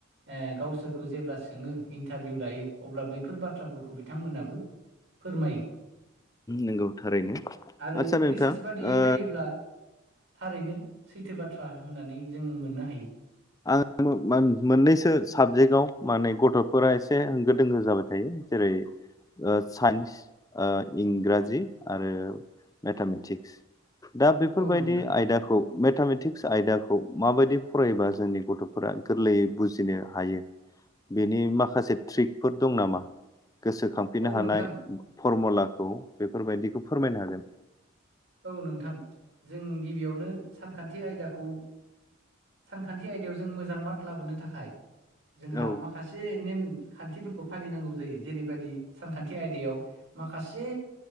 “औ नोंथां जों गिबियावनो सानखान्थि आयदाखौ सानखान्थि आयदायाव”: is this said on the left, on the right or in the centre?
Right